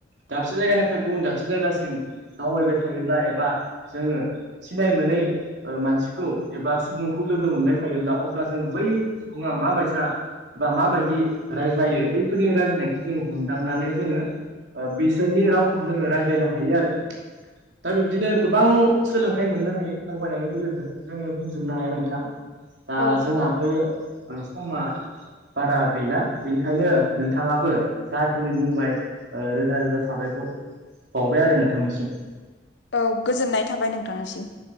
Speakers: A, on the right; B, on the left.
A: दाबसे जायगानिफ्राय गुबुन दाबसे जायगासिम दावबायबाय थायोब्ला एबा जोंङो सिनाय मोनै ओ मानसि खौ एबा सुबुंखौ लोगो मोनबाय थायोब्ला अब्ला जों बै सुबुंङा माबायसा एबा माबायदि रायज्लायो बैफोरनि रायज्लनायखौ जों हमदांनानै जोंङो ओ बिसोरनि रावखौ जोंङो रायज्लायनो हायो आरो दा बिब्दिनो गोबां सोलोंथाइ मोननो हायो दावबायनायनि गेजेरजों जोंङो बुंजोबनो हाया। नोंथां दा
B: औ
A: जोंहाबो ओ समा बारा गैला बेनिखायनो नोंथांङाबो जाखिनि बुंबाय ओ रोजा रोजा साबायखर बाउबाय आरो नोंथांनिसिम
B: औ गोजोननाय थाबाय नोंथांनिसिम